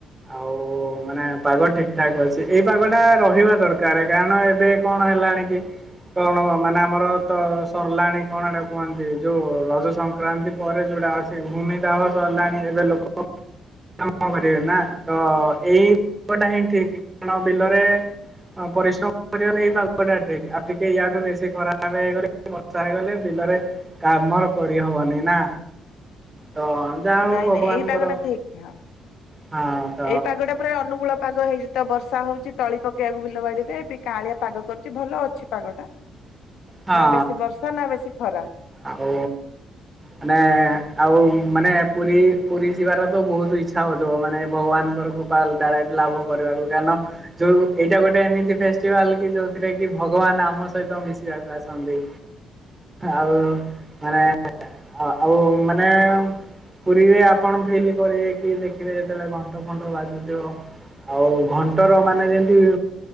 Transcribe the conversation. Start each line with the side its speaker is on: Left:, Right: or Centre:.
Right: ଆଉ ମାନେ ପାଗ ଠିକ ଠାକ୍ ଅଛି। ଏଇ ପାଗ ଟା ରହିବା ଦରକାର କାରଣ ଏବେ କଣ ହେଲା କି, କଣ ମାନେ ଆମର ତ ସରଲାଣି କଣ ଏଟା କୁହନ୍ତି ଯୋଉ ରଜ ସଂକ୍ରାନ୍ତି ପରେ ଯୋଉଟା ଅଛି ଭୂମିଦାହ ସରଲାଣି ଏବେ ଲୋକ କଣ କରିବେ ନା ତ ଏଇ କଡ଼ା ହିଁ ଠିକ୍। କଣ ବିଲରେ ହଁ ପରିଶ୍ରମ କରି ଆମେ ଏଇ ପାଉ। ହଟା ଠିକ ଆଉ ଟିକେ ୟାଠୁ ବେଶି ଖରାପ ହେଇଗଲେ ବର୍ଷା ହେଇଗଲେ ବିଲରେ କାମ କରିହବନି ନା। ତ ଯାହା ହଉ
Left: ନାଇଁ
Right: ଭଗବାନଙ୍କର
Left: ନାଇଁ ଏଇ ପାଗ ଟା ଠିକ ନୁହଁ।
Right: ହଁ ତ
Left: ଏଇ ପାଗଟା ପୁରା ଅନୁକୁଳ। ପାଗ ହେଇଚି ତ ବର୍ଷା ହଉଛି ତଳି ପକେଇବାକୁ ବିଲ ବାଡିରେ ବି କାଳିଆ ପାଗ କରୁଛି ଭଲ ଅଛି ପାଗ ଟା।
Right: ହଁ
Left: ନା ବେଶୀ ବର୍ଷା ନା ବେଶୀ ଖରା।
Right: ଆଉ ମାନେ ଆଉ ମାନେ ପୁରୀ ପୁରୀ ଯିବାର ତ ବହୁତ ଇଚ୍ଛା ହଉଥିବ, ମାନେ ଭଗବାନଙ୍କର କୃପା ଡାଇରେକ୍ଟ ଲାଭ କରିବାକୁ କାରଣ ଯୋଉ ଏଇଟା ଗୋଟେ ଏମିତି ଫେଷ୍ଟିଭାଲ କି ଯୋଉଥିରେ କି ଭଗବାନ ଆମ ସହିତ ମିଶିବାକୁ ଆସନ୍ତି। ଆଉ ମାନେ ଆଉ ମାନେ ପୁରୀରେ ଆପଣ ଫିଲ୍ କରିବେ କି ଦେଖିବେ ଯେତେବେଳେ ଘଣ୍ଟ ଫଣ୍ଟ ବାଜୁଥିବ ଆଉ ଘଣ୍ଟର ମାନେ ଯେମିତି